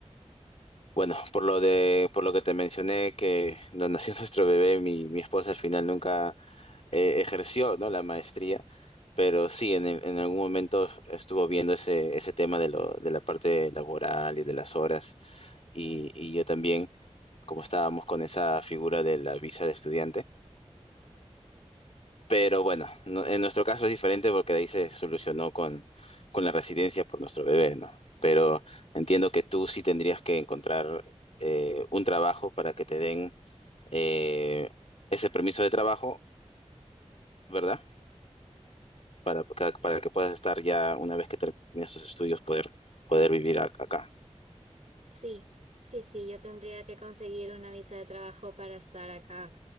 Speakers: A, on the left; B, on the right.
A: Bueno, por lo de, por lo que te mencioné que donde nació <laughs> nuestro bebé, mi, mi esposa al final nunca eh, ejerció, ¿no? la maestría, pero sí, en, el- en algún momento estuvo viendo ese, ese tema de lo, de la parte laboral y de las horas, y, y yo también, como estábamos con esa figura de la visa de estudiante, pero bueno, no- en nuestro caso es diferente porque de ahí se solucionó con, con la residencia por nuestro bebé, ¿no? Pero entiendo que tú sí tendrías que encontrar eh, un trabajo para que te den eh, ese permiso de trabajo, ¿verdad? Para, para para que puedas estar ya, una vez que termines tus estudios, poder, poder vivir a- acá.
B: Sí, sí, sí, yo tendría que conseguir una visa de trabajo para estar acá